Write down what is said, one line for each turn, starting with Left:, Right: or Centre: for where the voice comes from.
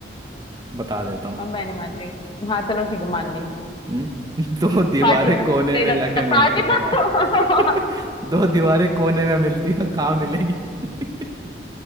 Right: बता देता हूँ
Left: और मैं नहीं मानती हाँ चलो ठीक है मान ली
Right: हम्म? <laughs> दो दीवारें
Left: पार्टी
Right: कोने
Left: पर तो देगा
Right: में जाके मिलती
Left: पार्टी
Right: है
Left: पर
Right: भाई
Left: तो
Right: <laughs>
Left: <laughs>
Right: दो दीवारें कोने में मिलती है कहाँ मिलेगी <laughs>